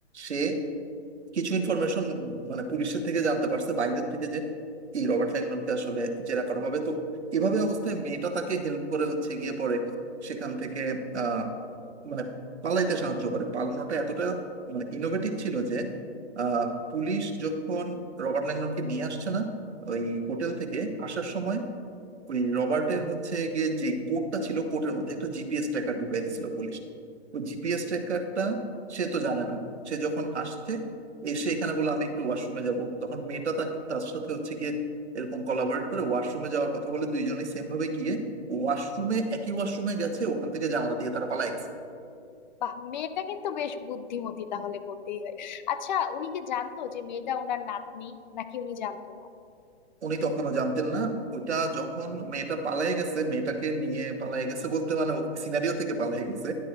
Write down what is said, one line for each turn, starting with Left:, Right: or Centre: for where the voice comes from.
Right: সে কিছু ইনফরমেশন মানে পুলিশের থেকে জানতে পারছে বাইরের থেকে যে এই রবার্ট ল্যাংডনকে আসলে জেরা করা হবে তো এভাবে অবস্থায় মেয়েটা তাকে হেল্প করে হচ্ছে গিয়ে পরে সেখান থেকে আহ মানে পালাইতে সাহায্য করে পালানোটা এতটা মানে ইনোভেটিভ ছিল যে আহ পুলিশ যখন রবার্ট ল্যাংডনকে নিয়ে আসছে না ওই হোটেল থেকে আসার সময় ওই রবার্টের হচ্ছে গিয়ে যে কোডটা ছিল কোডের মধ্যে একটা জিপিএস ট্র্যাকার ঢুকাই দিছিল পুলিশ ওই জিপিএস ট্র্যাকারটা সে তো জানে না সে যখন আসছে এসে এখানে বলে আমি একটু ওয়াশরুমে যাব তখন মেয়েটা তাকে- তার সাথে হচ্ছে গিয়ে এরকম কোলাবরেট করে ওয়াশরুমে যাওয়ার কথা বলে দুইজনেই সেম ভাবে গিয়ে ওয়াশরুমে একই ওয়াশরুমে গেছে ওখান থেকে জানালা দিয়ে তারা পালায় গেছে
Left: বাহ মেয়েটা কিন্তু বেশ বুদ্ধিমতী তাহলে বলতেই হয় আচ্ছা উনি কি জানতো যে মেয়েটা ওনার নাতনি নাকি উনি জানতো না
Right: উনি তখনও জানতেন না ওইটা যখন মেয়েটা পালায় গেছে মেয়েটাকে নিয়ে পালায় গেছে বলতে মানে সিনারিও থেকে পালায় গেছে